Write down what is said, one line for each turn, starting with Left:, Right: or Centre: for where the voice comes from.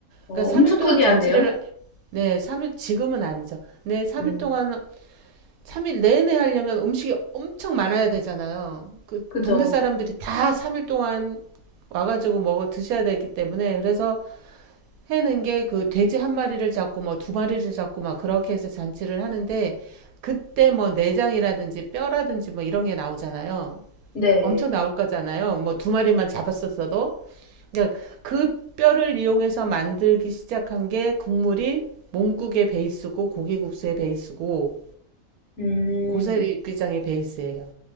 Left: 어,
Right: 그러니까
Left: 엄청
Right: 3일 동안
Left: 크게
Right: 잔치를,
Left: 하네요.
Right: 네, 삼일 지금은 아니죠. 네, 3일
Left: 음,
Right: 동안, 3일 내내 하려면 음식이 엄청 많아야 되잖아요. 그
Left: 그죠.
Right: 동네 사람들이 다 3일 동안 와가지고 먹어 드셔야 되기 때문에, 그래서 해는 게 그 돼지 한 마리를 잡고 뭐 두 마리를 잡고 막 그렇게 해서 잔치를 하는데, 그때 뭐 내장이라든지 뼈라든지 뭐 이런 게 나오잖아요.
Left: 네.
Right: 엄청 나올 거잖아요. 뭐 두 마리만 잡았었어도. 그러니까 그 뼈를 이용해서 만들기 시작한 게 국물이 몽국의 베이스고 고기국수의 베이스고
Left: 음,
Right: 고사리 육개장의 베이스예요.